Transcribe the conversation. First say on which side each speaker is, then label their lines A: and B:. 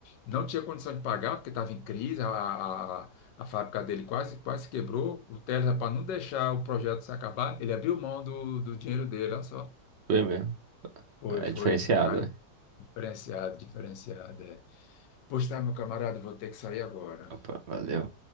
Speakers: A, on the left (about 80°); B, on the right (about 60°).
A: Não tinha condição de pagar, porque estava em crise, a, a, a a fábrica dele quase, quase quebrou. O Tesla, para não deixar o projeto se acabar, ele abriu mão do, do dinheiro dele, olha só.
B: Foi mesmo.
A: Foi,
B: É
A: foi,
B: diferenciado,
A: o cara.
B: né?
A: Diferenciado, diferenciado. É. Pois tá, meu camarada, vou ter que sair agora.
B: Opa, valeu.